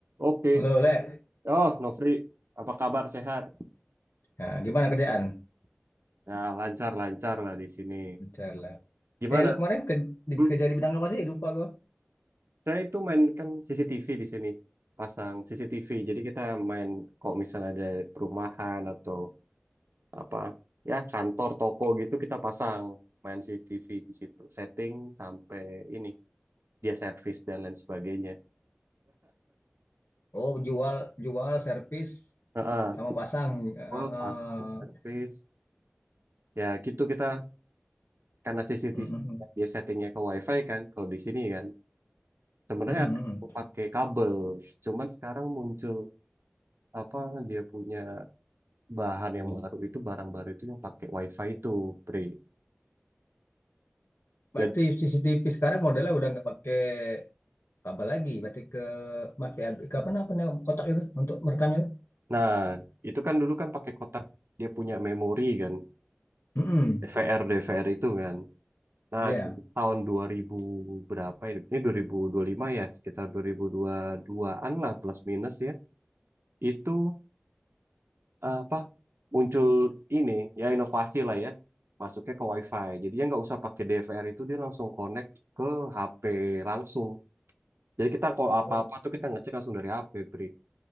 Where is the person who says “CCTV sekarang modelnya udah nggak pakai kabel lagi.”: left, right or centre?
Left